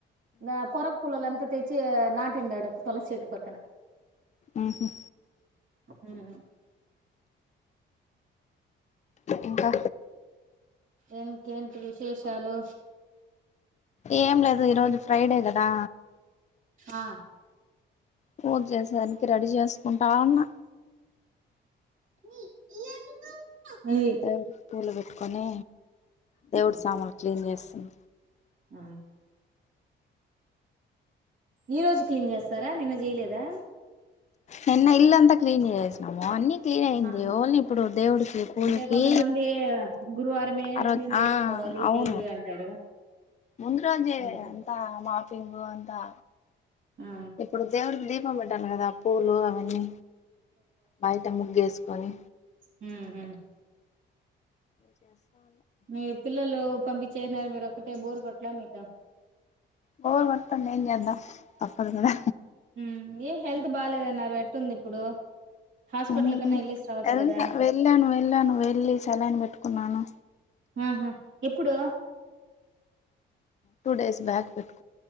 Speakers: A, on the right; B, on the left.
A: ద పొరగ పుల్లలుంతా తెచ్చి నాటిండాడు తులసి చెట్టు పక్కన
B: ఆహా
A: ఉమ్
B: ఇంకా
A: ఇంకేంటి విశేషాలు
B: ఏం లేదు ఈ రోజు ఫ్రైడే కదా
A: ఆ
B: పూజ చేసేదానికి రెడీ చేసుకుంటా ఉన్నా
A: హు ఈ ఎందుకు ఏయ్
B: దేవుడికి పూలు పెట్టుకొని
A: కూతు
B: దేవుడు
A: మాట్లాడు
B: సామాన్లు క్లీన్ చేస్త అ
A: ఆ ఈ రోజు క్లీన్ చేస్తారా నిన్న చేయలేదా
B: నిన్న ఇల్లంత క్లీీన్ చేసేసినాము అన్ని క్లీన్ ఆయింది
A: ఆహా
B: ఓన్లీ ఇప్పుడు దేవుడికి పూజకి
A: అంటే కొంతమంది గురువారమే
B: ఆ రజు
A: క్లీన్ చేసుకోవాలి
B: ఆ అవును
A: దేవుడు అంటారు
B: ముందు రోజే
A: అందుకని
B: అంతా మాఫింగు అంతా
A: ఆ
B: ఇప్పుడు దేవుడికి దీప్ దీపం పెట్టల్ల కదా పూలు అవన్ని బయట ముగ్గేసుకు కొని
A: హు హు
B: జసా
A: మీరు పిల్లలు పంపించేసినారు మీరు ఒక్కటే బోర్ కొట్లా మీక
B: బోర్ కొడతంది ఏం చేద్దాం తప్పదు కదా
A: ఉమ్ ఏం హెల్త్ బాలేదన్నారు ఎట్టుంది ఇప్పుడు హాస్పిటల్
B: ఉ
A: కన్నా వెళ్ళేసి రావచ్చు
B: వెళ్తా
A: కదా
B: వెళ్ళాను వెళ్ళాను వెళ్ళి సలయిన్ పెట్టుకున్నాను
A: ఆహా ఎప్పుడు
B: టూ డేస్ బ్యాక్ పెట్టు